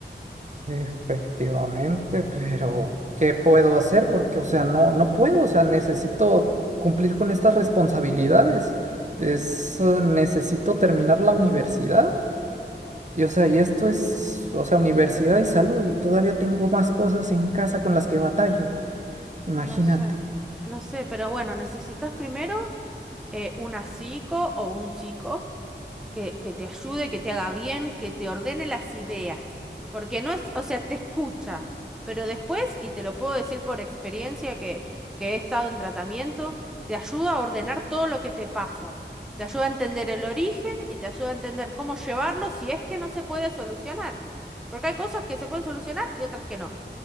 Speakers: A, on the right; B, in the centre.
A: Efectivamente, pero ¿qué puedo hacer? Porque, o sea, no, no puedo, o sea, necesito cumplir con estas responsabilidades. Es, eh, necesito terminar la universidad. Y o sea, y esto es, o sea, universidad y salud, y todavía tengo más cosas en casa con las que batallo. Imagínate.
B: Lo sé, lo sé, pero bueno, necesitas primero eh, una psico o un psico que, que te ayude, que te haga bien, que te ordene las ideas. Porque no es, o sea, te escucha, pero después, y te lo puedo decir por experiencia que, que he estado en tratamiento, te ayuda a ordenar todo lo que te pasa. Te ayuda a entender el origen y te ayuda a entender cómo llevarlo si es que no se puede solucionar. Porque hay cosas que se pueden solucionar y otras que no.